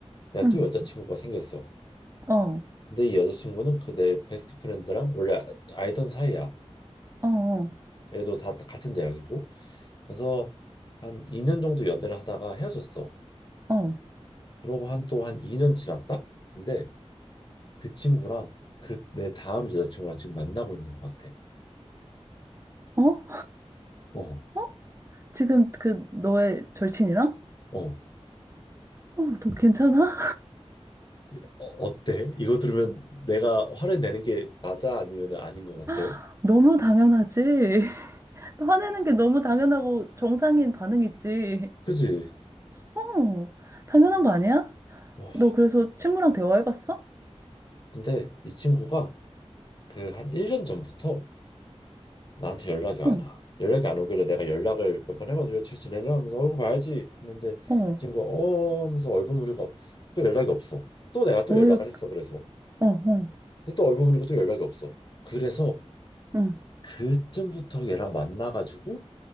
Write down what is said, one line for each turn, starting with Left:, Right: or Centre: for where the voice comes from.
Left: 내가
Right: 응.
Left: 또 여자친구가 생겼어.
Right: 어, 어,
Left: 근데 이 여자친구는 그 내 베스트 프렌드랑 원래 아- 알던 사이야.
Right: 어,
Left: 얘도 다 같은 대학이고. 그래서 한 2년 정도 연애를 하다가 헤어졌어.
Right: 어,
Left: 그러고 한 또 한 2년 지났다? 근데 그 친구랑 그 내 다음 여자친구랑 지금 만나고 있는 것 같아.
Right: 어?
Left: 어,
Right: 어? 지금 그 너의 절친이랑?
Left: 어.
Right: 어, 너 괜찮아?
Left: 이- 어, 어때? 이거 들으면 내가 화를 내는 게 맞아? 아니면 아닌 것 같아?
Right: <laughs> 너무 당연하지. <laughs> 화내는 게 너무 당연하고 정상인 반응이지.
Left: 그지?
Right: 어, 당연한 거 아니야?
Left: 어,
Right: 너 그래서 친구랑 대화해봤어?
Left: 근데 이 친구가 그 한 1년 전부터 나한테 연락이 안
Right: 응,
Left: 와. 연락이 안 오길래 내가 연락을 몇 번 해봐도 잘 지내냐 하면서 얼굴 봐야지 했는데 이
Right: 어,
Left: 친구가 어 하면서 얼버무리고 어, 또 연락이 없어. 또 내가 또
Right: 오히려,
Left: 연락을 했어. 그래서
Right: 어, 어,
Left: 근데 또 얼버무리고 또 연락이 없어. 그래서
Right: 응,
Left: 그쯤부터 얘랑 만나가지고